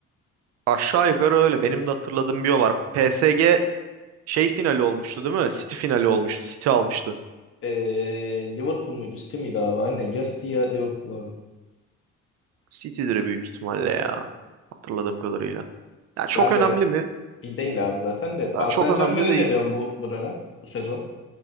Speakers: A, on the right; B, on the left.
A: aşağı yukarı öyle. Benim de hatırladığım bir o var. PSG şey finali olmuştu değil mi? City finali olmuştu. City almıştı.
B: Ee, Liverpool muydu? City miydi abi? Aynen. Ya City ya Liverpool abi.
A: City'dir büyük ihtimalle ya. Hatırladığım kadarıyla. Ya çok
B: Ben
A: önemli
B: de
A: mi?
B: bir değil abi zaten de. Paris
A: Ya çok
B: Saint-Germain'e
A: önemli değil.
B: ne diyorsun bu, bu dönem? Bu sezon?